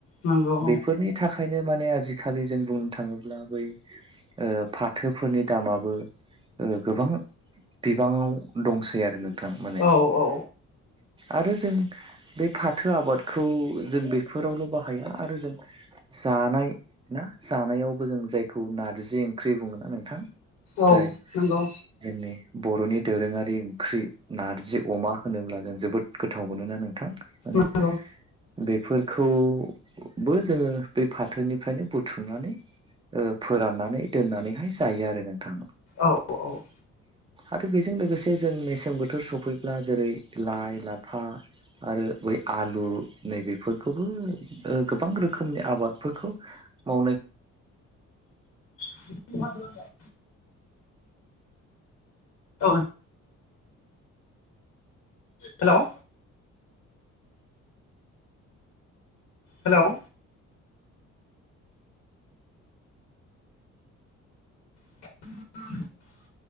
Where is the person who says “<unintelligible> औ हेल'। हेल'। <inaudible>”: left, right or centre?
Left